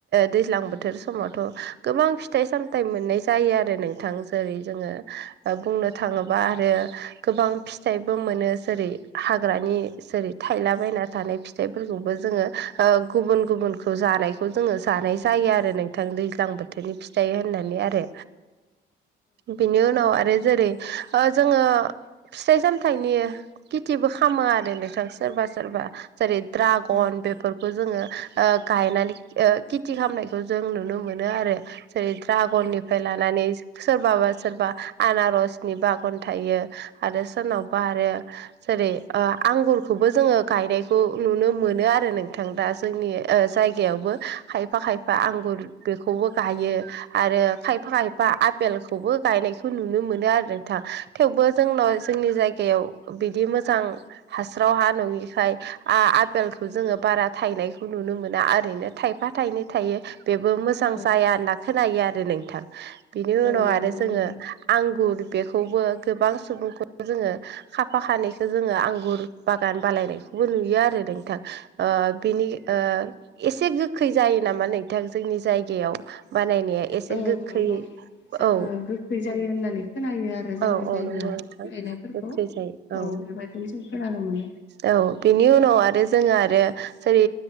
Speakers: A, on the right (about 60°); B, on the left (about 65°).
A: दैज्लां बोथोर समावथ' गोबां फिथाइ सामथाइ फिथाइ मोननाय जायो आरो नोंथां जेरै जोङो बुंनो थाङोब्ला आरो गोबां फिथाइबो मोनो जेरै हाग्रानि जेरै थायलाबायना थानाय फिथाइफोरखौबो जोङो गुबुन गुबुनखौ जानायखौ जोङो जानाय जायो आरो नोंथां दैज्लां बोथोरनि फिथाइ होननानै आरो
B: <inaudible>
A: बिनि उनाव आरो जेरै जोङो फिथाइ साम फिथाइनि खेथिबो खालामो आरो नोंथां सोरबा सोरबा जेरै द्रागन
B: औ
A: बे खौ जोङो गायनानै खेथि खालामनायखौ जों नुनो मोनो आरो जेरै ड्रागननिफ्राय लानानै सोरबाबा सोरबा आनारसनि बागान थायो आरो सोरनावबा आरो जेरै आंगुरखौबो जोङो गायनायखौ नुनो मोनो आरो नोंथां दा जोंनि जायगायावबो खायफा खायफा आंगुर बेखौबो गायो आरो खायफा खायफा आफेलखौबो गायनायखौ नुनो मोनो आरो नोंथां थेवबो जोंनाव जोंनि जायगायाव बिदि मोजां हास्राव हा नङिखाय आपेलखौ जोङो बारा थायनायखौ नुनो मोना ओरैनो थायफा थायनै थायो बेबो मोजां
B: औ
A: जाया होनना खोनायो आरो नोंथां बिनि
B: औ
A: उनाव आरो
B: नंगौ
A: जोङो
B: नोंथां
A: आंगुर बेखौबो गोबां सुबुंखौ जोङो खाफा खानैखौ जोङो आंगुर बागान बानायनायखौबो नुयो आरो नोंथां बिनि एसे गोखै जायो नामा नोंथां जोंनि जायगायाव बानायनाया एसे
B: औ
A: गोखै
B: नंगौ जोङो
A: औ
B: गोखै जायो होननानै खोनायो आरो जोंनि
A: औ
B: जायगायाव
A: औ नंगौ नोंथां
B: एनायफोर
A: गोखै
B: खौ
A: जायो औ
B: बेबायदिनो जों खोनानो मोनो
A: औ बिनि उनाव आरो जोङो आरो जेरै